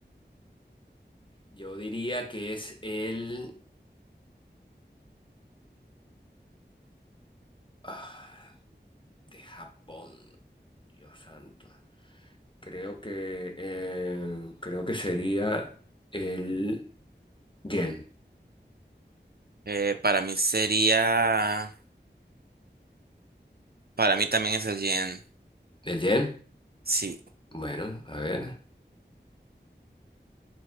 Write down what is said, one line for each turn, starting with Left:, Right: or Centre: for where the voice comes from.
Left: Yo diría que es el ah, de Japón. Dios santo. Creo que eh, creo que sería el yen.
Right: Eh, para mí sería. Para mí también es el yen.
Left: ¿El yen?
Right: Sí,
Left: Bueno, a ver.